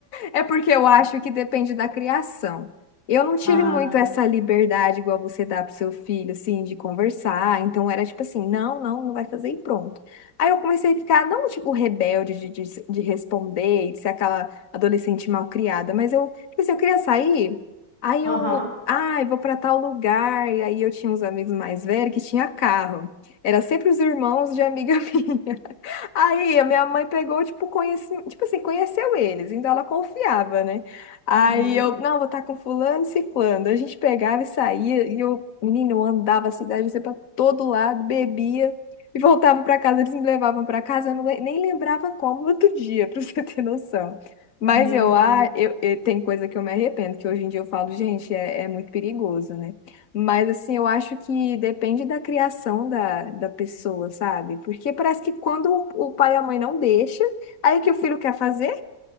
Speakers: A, on the left; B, on the left.
A: É porque eu acho que depende da criação. Eu não tive
B: Ah,
A: muito essa liberdade igual você dá pro seu filho, assim, de conversar. Então era tipo assim, não, não, não vai fazer e pronto. Aí eu comecei a ficar, não tipo rebelde de, de, de responder, de ser aquela adolescente mal criada, mas eu, tipo assim, eu queria sair, aí
B: aham.
A: eu, ai, vou pra tal lugar. E aí eu tinha uns amigos mais velhos que tinha carro. Era sempre os irmãos de amiga <laughs> minha. Aí a minha mãe pegou, tipo, conheci... tipo assim, conheceu eles, então ela confiava, né? Aí
B: Uhum.
A: eu, não, vou estar com fulano e ciclano. A gente pegava e saía, e eu, menino, eu andava a cidade, você pra todo lado, bebia e voltava pra casa, eles me levavam pra casa, eu não, le- nem lembrava como no outro dia, <laughs> pra você ter noção. Mas
B: Meu
A: eu,
B: Deus.
A: ah, eu, eu- tem coisa que eu me arrependo, que hoje em dia eu falo, gente, é, é muito perigoso, né? Mas assim, eu acho que depende da criação da, da pessoa, sabe? Porque parece que quando o o pai e a mãe não deixam, aí que o filho quer fazer?